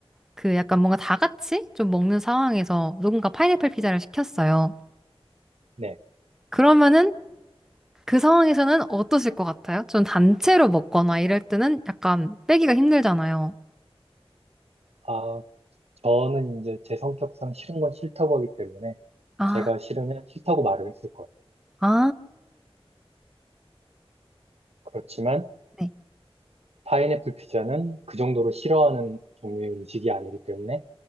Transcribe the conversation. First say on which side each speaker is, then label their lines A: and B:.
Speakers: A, in the centre; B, on the right.
A: 그 약간 뭔가 다 같이 좀 먹는 상황에서 누군가 파인애플 피자를 시켰어요.
B: 네.
A: 그러면은 그 상황에서는 어떠실 것 같아요? 전 단체로 먹거나 이럴 때는 약간 빼기가 힘들잖아요.
B: 아, 저는 이제 제 성격상 싫은 건 싫다고 하기 때문에
A: 아,
B: 제가 싫으면 싫다고 말을 했을 거예요.
A: 아,
B: 그렇지만
A: 네.
B: 파인애플 피자는 그 정도로 싫어하는 종류의 음식이 아니기 때문에